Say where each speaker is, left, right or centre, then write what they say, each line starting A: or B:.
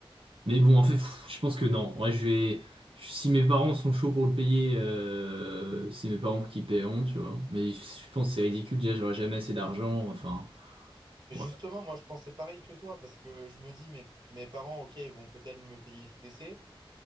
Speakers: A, on the right; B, on the right.
A: mais bon, en fait, pff, je pense que non. Ouais, je vais, si mes parents sont chauds pour le payer, euh, c'est mes parents qui paieront, tu vois. Mais je pense que c'est ridicule, déjà, j'aurais jamais assez d'argent, enfin.
B: Et justement,
A: ouais.
B: moi, je pensais pareil que toi parce que je me dis, mes, mes parents, ok, ils vont peut-être me payer le TC.